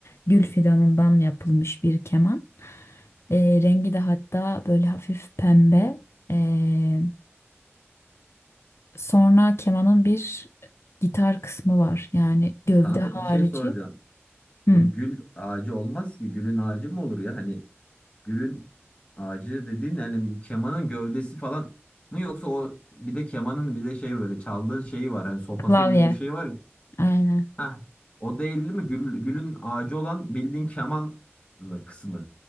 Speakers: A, on the left; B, on the left.
A: gül fidanından yapılmış bir keman. Ee, rengi de hatta böyle hafif pembe. Ee, sonra kemanın bir gitar kısmı var. Yani gövde
B: Kanka
A: harici.
B: bir şey soracağım.
A: Hmm,
B: Bu gül ağacı olmaz ki. Gülün ağacı mı olur ya? Hani gülün ağacı dediğin yani bu kemanın gövdesi falan mı yoksa o bir de kemanın bir de şey böyle çaldığın şeyi var. Hani sopası
A: klavye.
B: gibi bir şey var ya.
A: Aynen.
B: Heh, o değil değil mi? Gül, gülün ağacı olan bildiğin keman mı kısmı?